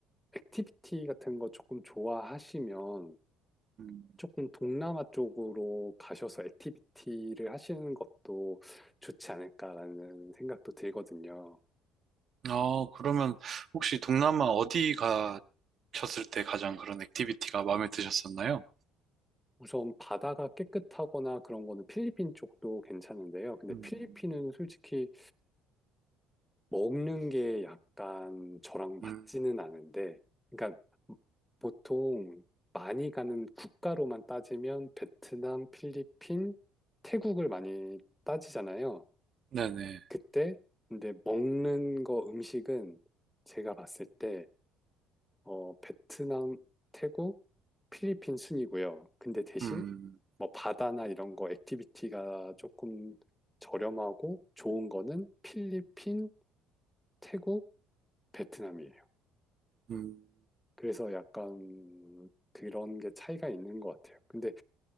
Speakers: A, in the centre; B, on the right.
A: 액티비티 같은 거 조금 좋아하시면
B: 음,
A: 조금 동남아 쪽으로 가셔서 액티비티를 하시는 것도 좋지 않을까라는 생각도 들거든요.
B: 어, 그러면 혹시 동남아 어디 가셨을 때 가장 그런 액티비티가 마음에 드셨었나요?
A: 우선 바다가 깨끗하거나 그런 거는 필리핀 쪽도 괜찮은데요. 근데
B: 음,
A: 필리핀은 솔직히 먹는 게 약간 저랑 맞지는
B: 음,
A: 않은데, 그러니까 보통 많이 가는 국가로만 따지면 베트남, 필리핀, 태국을 많이 따지잖아요.
B: 네네.
A: 그때 근데 먹는 거 음식은 제가 봤을 때 어, 베트남, 태국, 필리핀 순이고요. 근데 대신
B: 음,
A: 뭐 바다나 이런 거 액티비티가 조금 저렴하고 좋은 거는 필리핀, 태국, 베트남이에요.
B: 음.
A: 그래서 약간 그런 게 차이가 있는 것 같아요. 근데